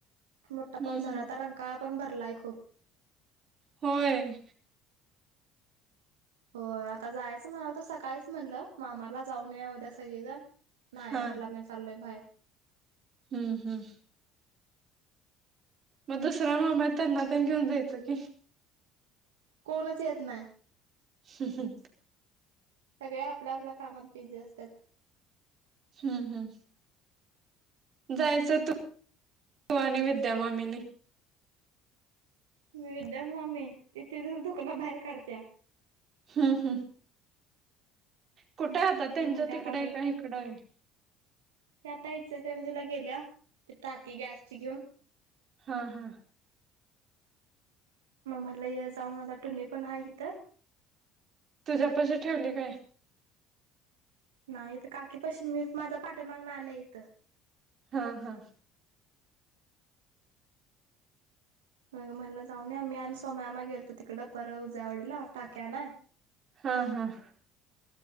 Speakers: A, on the right; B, on the right.
A: मोठा
B: हम्म
A: पाऊस झाला
B: हम्म
A: आता रंग का पण भरलाय खूप
B: होय.
A: हो आता जायचं म्हणाल तर सकाळीच म्हणलं मामाला जाऊनये उद्या सगळेजण नाहीय
B: हा
A: म्हटलं मी चालोय बाहेर
B: हम्म हम्म मग दुसरा मा माताना त्यां घेऊन जायचं की
A: कोणच येत नाही.
B: ह ह.
A: सगळे आपल्या-आपल्या कामात बिझी असतात.
B: हम् हम्. जायच तू तू आणि विद्यामामीनी.
A: म विद्या मम्मी तिथेचच दुकाना बाहेर काढते.
B: हम् हम्. कुठे आता त्यांच्यात,
A: ती म्हणते आता
B: तिकडं आहे
A: मी
B: का
A: ते
B: इकडं आहे.
A: आता इच करंजला गेल्या, ते टाकी गॅसची घेऊन.
B: हा हा
A: मग मला हे जाऊन आता, टुनी पण आहे इिथं.
B: तुझ्यापशी ठेवली काय.
A: नाही तर काकी पशी मी माझा, पाठमागण आलं इथं.
B: हा हा
A: म म्हला जाऊय आम्ही आणि स्ोम्यामाग गेलतो तिकडं, पर उज्यावडीला टाक्या ना.
B: हम हम.